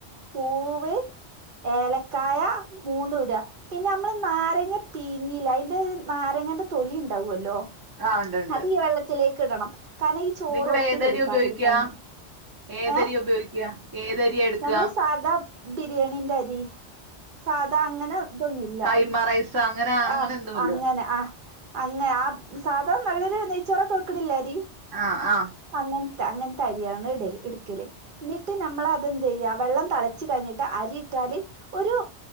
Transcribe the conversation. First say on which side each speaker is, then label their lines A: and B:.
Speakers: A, on the right; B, on the right.
A: പൂവ് ഏലക്കായ മൂന്നും ഇടുക പിന്നെ നമ്മൾ നാരങ്ങ പീഞ്ഞില്ലേ അതിൻ്റെ നാരങ്ങൻ്റെ തൊലി ഉണ്ടാവല്ലോ
B: ആഹ് ഉണ്ട് ഉണ്ട്
A: അത് ഈ വെള്ളത്തിലേക്കിടണം കാരണം ഈ ചോറ്
B: നിങ്ങള്
A: ഒട്ടി
B: ഏതരിയാ
A: പിടിക്കാതിരിക്കാന്
B: ഉപയോഗിക്കാ ഏതരിയാ
A: ഏഹ്
B: ഉപയോഗിക്ക ഏതരിയാ എടുക്ക
A: ഞങ്ങള് സാധാ ബിരിയാണിന്റെ അരി സാധാ അങ്ങനെ ഇതൊന്നുല്ല
B: കൈമ റൈസ് അങ്ങനെ അങ്ങനെ
A: ആഹ്
B: എന്തോല്ലോ
A: അങ്ങനെ ആഹ് അങ്ങനെ ആ സാധ നല്ലൊരു നെയ്ച്ചോറൊക്കെ വെക്ക്ണില്ലേ അരി
B: ആഹ് ആഹ്
A: അങ്ങൻത്തെ അങ്ങൻത്തെ അരിയാണ് ഇടല് ഇട്ക്കല് എന്നിട്ട് നമ്മൾ അതെന്തെയ്യാ വെള്ളം തെളച്ച് കഴിഞ്ഞിട്ട് അരിയിട്ടാല് ഒരു